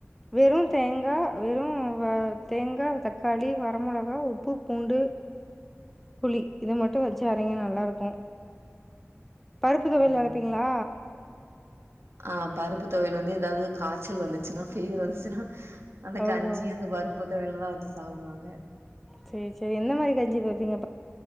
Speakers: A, in the centre; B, on the right.
A: வெறு தேங்கா வெறு வ தேங்கா தக்காளி வர மொளகா உப்பு பூண்டு
B: <inaudible>
A: புளி இது மட்டு வெச்சி அரைங்க நல்லா இருக்கு பருப்பு
B: அப்டிங்களா
A: தொவையல் அரைப்பீங்ளா
B: ஆ பருப்பு தொவையல் வந்து ஏதாது காச்சல் வந்துச்சின்னா ஃபீவர் வந்துச்சின்னா அந்த
A: ஓஹோ
B: கஞ்சியு இந்த பருப்பு தொவையலுந்தா வெச்சி சாப்புடுவாங்க
A: சேரி சேரி எந்த மாரி கஞ்சி வெப்பீங்க